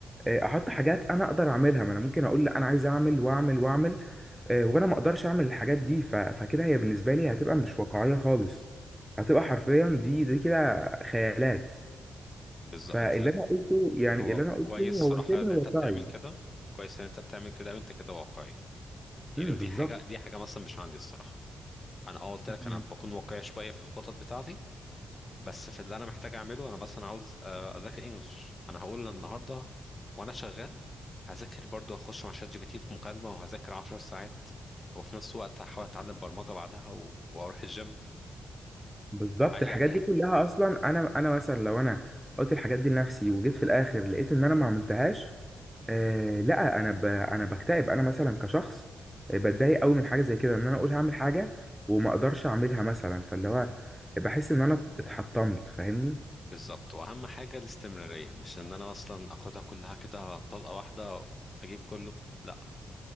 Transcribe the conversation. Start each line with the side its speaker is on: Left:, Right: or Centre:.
Centre: آه، احط حاجات انا اقدر اعملها ما انا ممكن اقول لا انا عايز اعمل واعمل واعمل آه، وانا ما اقدرش اعمل الحاجات دي ف- فكده هي بالنسبه لي هتبقى مش واقعيه خالص هتبقى حرفيا دي دي كده خيالات
Left: بالظبط
Centre: فاللي
Left: أنت-
Centre: انا قلته يعني
Left: هو
Centre: اللي انا قلته
Left: كويس صراحة
Centre: هو شبه
Left: إن أنت
Centre: واقعي
Left: بتعمل كده كويس إن أنت بتعمل كده وأنت كده واقعي يعني
Centre: امم
Left: ودي
Centre: بالظبط
Left: حاجة دي حاجة مثلا مش عندي الصراحة أنا اه قلت
Centre: مم.
Left: لك أنا بكون واقعي شوية في الخطط بتاعتي بس في اللي انا محتاج اعمله انا مثلا عاوز آه، اذاكر انجلش انا هقول النهارده وانا شغال هذاكر برضو اخش مع شات جي بي تي في مكالمه وهذاكر 10 ساعات وفي نفس الوقت هحاول اتعلم برمجه بعدها و- واروح الجيم
Centre: بالظبط
Left: أي-
Centre: الحاجات
Left: آه،
Centre: دي كلها اصلا انا انا مثلا لو انا قلت الحاجات دي لنفسي وجيت في الاخر لقيت ان انا ما عملتهاش آه لا انا ب... انا بكتئب انا مثلا كشخص آه، بتضايق قوي من حاجه زي كده ان انا اقول هعمل حاجه وما اقدرش اعملها مثلا فاللي هو بحس ان انا اتحطمت فاهمني
Left: بالظبط واهم حاجه الاستمراريه مش ان انا مثلا اخدها كلها كده طلقه واحده اجيب كله لا